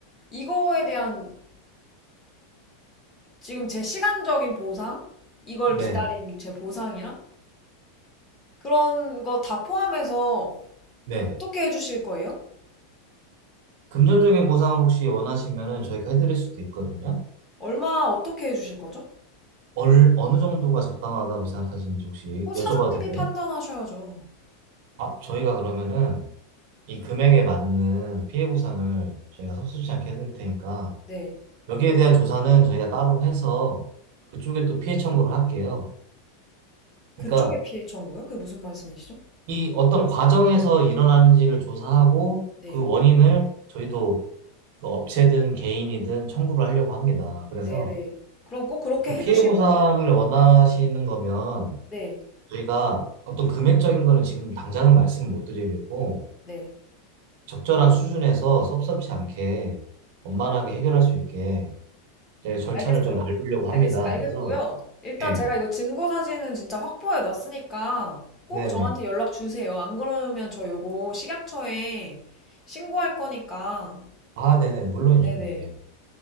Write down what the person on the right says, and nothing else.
네.
네.
금전적인 보상을 혹시 원하시면은 저희가 해드릴 수도 있거든요.
얼, 어느 정도가 적당하다고 생각하시는지 혹시
여쭤봐도 될까요?
아, 저희가 그러면은 이 금액에 맞는 피해 보상을 저희가 섭섭지 않게 해드릴 테니까
여기에 대한 조사는 저희가 따로 해서 그쪽에 또 피해 청구를 할게요.
그러니까
이 어떤 과정에서 일어나는지를 조사하고
그 원인을 저희도 그 업체든 개인이든 청구를 하려고 합니다. 그래서
어떤
피해 보상을 원하시는 거면
저희가 어떤 금액적인 거는 지금 당장은 말씀을 못 드리겠고
적절한 수준에서 섭섭지 않게 원만하게 해결할 수 있게 이제 절차를
좀 밟으려고 합니다.
그래서
예,
네네.
아, 네네. 물론이죠.
네.